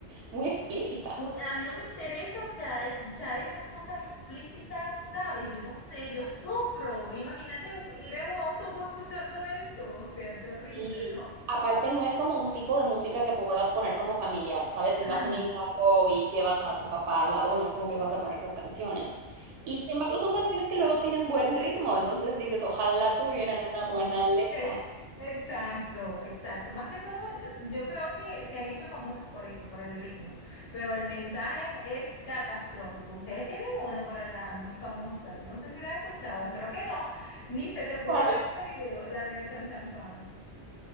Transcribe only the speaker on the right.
mm, muy explícita.
Y
aparte no es como un tipo de música que puedas poner como familiar, ¿sabes? Si vas
en
el carro y llevas a tu papá al lado, no es como que vas a poner esas canciones. Y sin embargo son canciones que luego tienen buen ritmo, entonces dices, ojalá tuvieran una
buena
letra.
¿Cuál?